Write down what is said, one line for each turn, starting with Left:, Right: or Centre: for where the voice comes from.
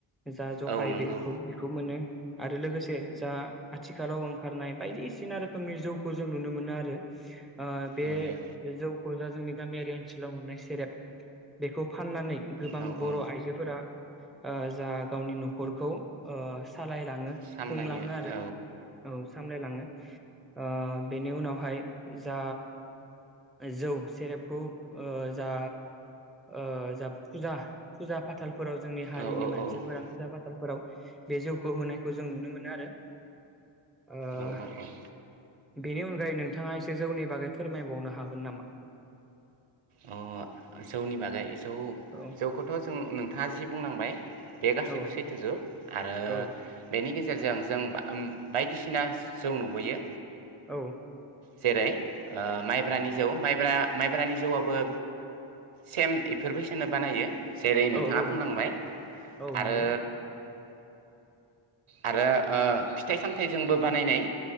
Centre: जा जखाय
Right: औ नंगौ
Centre: बेख-बेखौ मोनो। आरो लोगोसे जा आथिखालाव ओंखारनाय बायदिसि सिना रोखोमनि जौखौ जों नुनो मोनो आरो आ बे
Right: नुयो
Centre: जौखौ जा जोंनि गामियारि ओनसोलाव मोननाय सेरेब बेखौ फाननानै गोबां
Right: औ
Centre: बर
Right: औ
Centre: आइजोफोरा अ जा गावनि नखरखौ सालायलाङो <unintelligible>
Right: सामलायो
Centre: खुंलाङो आरो
Right: औ
Centre: औ सामलायलाङो अ बेनि उनावहाय जा जौ सेरेबखौ अ जा अ जा फुजा फुजा फाथालफोराव जोंनि हारिनि
Right: औ औ
Centre: मानसिफोरा फुजा फाथालफोराव बे जौखौ होनायखौ जों नुनो मोनो आरो अ
Right: औ औ औ
Centre: बेनि अनगायै नोंथाङा एसे जौनि बागै फोरमायबावनो हाग हागोन नामा?
Right: अ जौनि बागै जौ
Centre: औ
Right: जौखौथ जों नोंथाङा जि बुंनांबाय बे गासैबो
Centre: औ
Right: सैथोजों आरो
Centre: औ
Right: बेनि गेजेर गेजेरजों जों बायदिसिना जौ नुबोयो
Centre: औ
Right: जेरै माइब्रानि जौ माइब्रा माइब्रानि जौवा बो सेम एफोरबायसानो बानायो जेरै नोंथाङा
Centre: औ औ
Right: बुंलांबाय
Centre: औ
Right: आरो
Centre: नंगौ
Right: आरो फिथाइ सामथायाइजोंबो बानायनाय